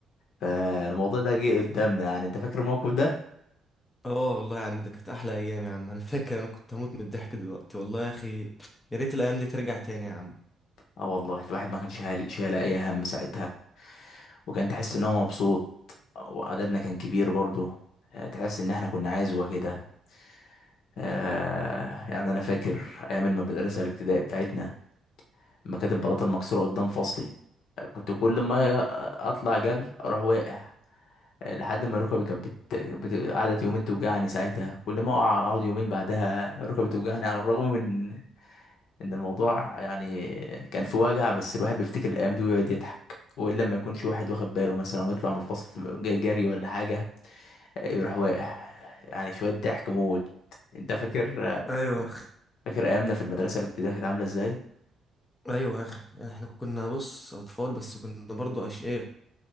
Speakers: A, on the left; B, on the left.
A: فالموضوع ده جه قدامنا يعني انت فاكر الموقف ده
B: اه والله يا عم ده كانت احلى ايام يا عم انا فاكر انا كنت هموت من الضحك دلوقتي والله يا اخي يا ريت الايام دي ترجع تاني يا عم
A: اه والله الواحد ما كانش هال- شايل اي هم ساعتها وكان تحس ان هو مبسوط وعددنا كان كبير برضه آه، تحس ان احنا كنا عزوة كده آه يعني انا فاكر ايام المدرسه الابتدائي بتاعتنا لما كانت البلاطه المكسوره قدام فصلي آه، كنت كل ما اطلع جري اروح واقع آه، لحد ما ركبي كانت بت... بت... قعدت يومين توجعني ساعتها كل ما أقع- اقعد يومين بعدها ركبي توجعني على الرغم من ان الموضوع يعني كان في وجع بس الواحد بيفتكر الايام دي ويقعد يضحك والا لما يكونش واحد واخد باله مثلا ويطلع من الفصل جاي جري ولا حاجه آه، يروح واقع يعني شويه ضحك موت انت فاكر
B: ايوه يا اخي
A: فاكر ايامنا في المدرسه الابتدائيه كانت عامله ازاي
B: ايوه يا اخي احنا كنا بص اطفال بس كنا برضو اشقياء